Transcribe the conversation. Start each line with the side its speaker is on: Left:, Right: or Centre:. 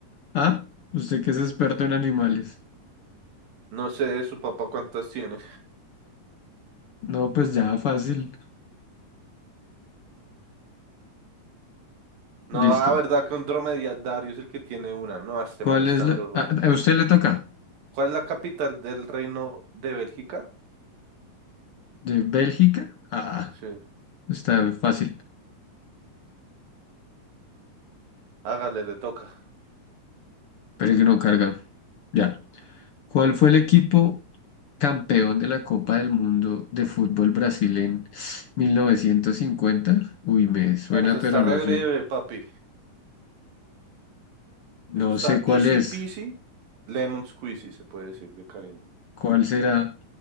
Left: ¿Ah? Usted que es experto en animales.
Right: No sé, su papá cuántas tiene.
Left: No, pues ya fácil.
Right: No,
Left: Listo.
Right: ah verdad que un dromedario es el que tiene una. No, este
Left: ¿Cuál
Right: man me está
Left: es la...?
Right: dando. ru-
Left: ah, a usted le toca.
Right: ¿Cuál es la capital del reino de Bélgica?
Left: ¿De Bélgica? Ah,
Right: Sí.
Left: está fácil.
Right: Hágale, le toca.
Left: Pero que no carga. Ya. ¿Cuál fue el equipo campeón de la Copa del Mundo de fútbol Brasil en 1950? Uy, me suena,
Right: Eso
Left: pero
Right: está re
Left: no sé.
Right: breve, papi.
Left: No
Right: Eso está
Left: sé cuál
Right: easy
Left: es.
Right: peasy, lemon squeezy, se puede decir de cariño.
Left: ¿Cuál será?